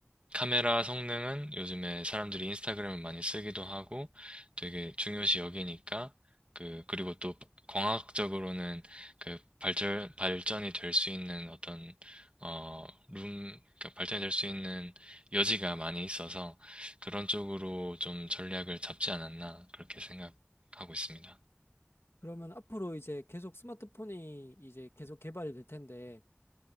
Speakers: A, on the right; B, on the left.
A: 카메라 성능은 요즘에 사람들이 인스타그램을 많이 쓰기도 하고 되게 중요시 여기니까 그 그리고 또 광학적으로는 그 발전 발전이 될 수 있는 어떤 어룸 그러니까 발전이 될 수 있는 여지가 많이 있어서 그런 쪽으로 좀 전략을 잡지 않았나 그렇게 생각하고 있습니다.
B: 그러면 앞으로 이제 계속 스마트폰이 이제 계속 개발이 될 텐데